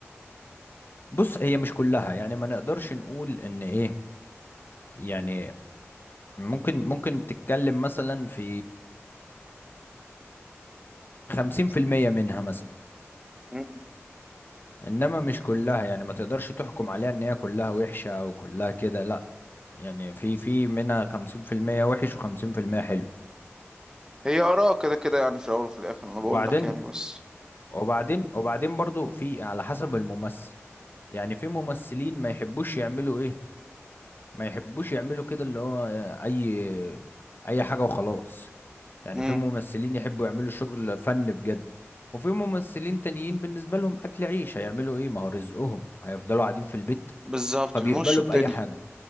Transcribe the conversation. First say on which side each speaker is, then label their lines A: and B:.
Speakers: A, on the left; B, on the right.
A: بص هي مش كلها يعني ما نقدرش نقول ان ايه يعني ممكن ممكن تتكلم مثلا في خمسين في المية منها مثلا
B: مم.
A: انما مش كلها يعني ما تقدرش تحكم عليها ان هي كلها وحشة او كلها كده لا يعني في في منها خمسين في المية وحش وخمسين في المية حلو
B: هي اراء كده كده يعني في الاول وفي الاخر انا بقول
A: وبعدين
B: لك يعني بس
A: وبعدين وبعدين برضو في على حسب الممثل يعني في ممثلين ما يحبوش يعملوا ايه ما يحبوش يعملوا كده اللي هو اي اي حاجة وخلاص يعني
B: امم
A: في ممثلين يحبوا يعملوا شغل فن بجد وفي ممثلين تانيين بالنسبة لهم اكل عيش هيعملوا ايه ما هو رزقهم هيفضلوا قاعدين في البيت
B: بالظبط
A: فبيقبلوا
B: بيمشوا الدنيا
A: بأي حاجة